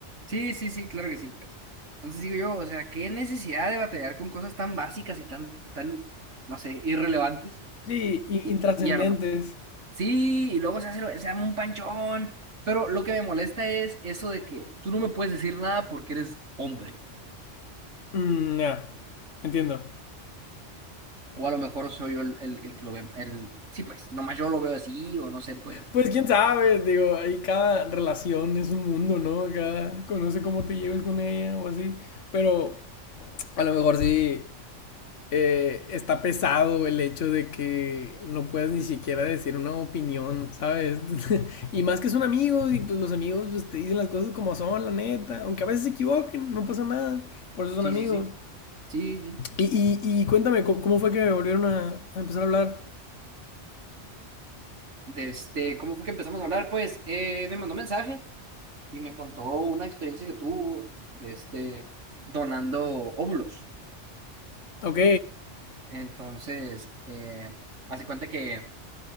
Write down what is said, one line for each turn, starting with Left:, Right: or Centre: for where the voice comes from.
Right: Sí, sí, sí, claro que sí, pues. Entonces digo yo, o sea, qué necesidad de batallar con cosas tan básicas y tan, tan, no sé, irrelevantes
Left: Sí, i-
Right: y,
Left: intrascendentes.
Right: y, y arma. Sí, y luego se hace, se arma un panchón. Pero lo que me molesta es eso de que tú no me puedes decir nada porque eres hombre.
Left: Mm, ya, entiendo.
Right: O a lo mejor soy yo el, el, el que lo ve, el, sí, pues, nomás yo lo veo así, o no sé, pues.
Left: Pues quién sabe, digo, ahí cada relación es un mundo, ¿no? Cada conoce cómo te lleves con ella o así. Pero a lo mejor sí eh, está pesado el hecho de que no puedas ni siquiera decir una opinión, ¿sabes? <laughs> Y más que son amigos y pues los amigos pues, te dicen las cosas como son, la neta. Aunque a veces se equivoquen, no pasa nada. Por eso son
Right: Sí,
Left: amigos.
Right: sí, sí, sí, sí.
Left: Y, y- y cuéntame, ¿cómo, cómo fue que volvieron a, a empezar a hablar?
Right: De este, ¿cómo fue que empezamos a hablar? Pues, eh, me mandó mensaje. y me contó una experiencia que tuvo de este donando óvulos.
Left: Ok,
Right: Entonces, eh, hace cuenta que